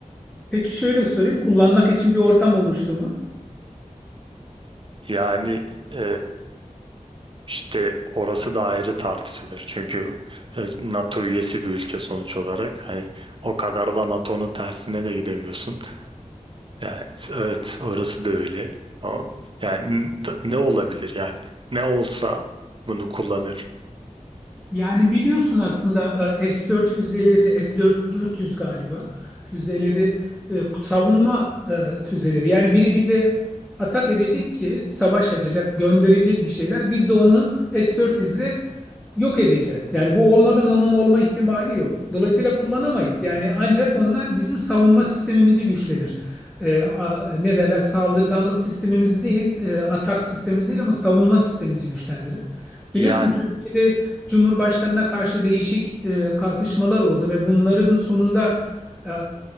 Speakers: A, in the centre; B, on the right.
A: Peki şöyle sorayım. Kullanmak için bir ortam oluştu mu?
B: Yani e, işte orası da ayrı tartışılır. Çünkü e, NATO üyesi bir ülke sonuç olarak. Hani o kadar da NATO'nun tersine de gidemiyorsun. Yani evet orası da öyle. Ama yani n- t- ne olabilir yani? Ne olsa bunu kullanır.
A: Yani biliyorsun aslında e, S-4 füzeleri, S-400 galiba füzeleri e, savunma e, füzeleri. Yani biri bize atak edecek ki savaş açacak, gönderecek bir şeyler. Biz de onu S-400 ile yok edeceğiz. Yani bu olmadan onun olma ihtimali yok. Dolayısıyla kullanamayız. Yani ancak onlar bizim savunma sistemimizi güçlenir. E, a- ne derler? Saldırganlık sistemimizi değil, e, atak sistemimizi değil ama savunma sistemimizi güçlendirir. Biliyorsun
B: Yani
A: Türkiye'de Cumhurbaşkanına karşı değişik e, kalkışmalar oldu ve bunların sonunda e,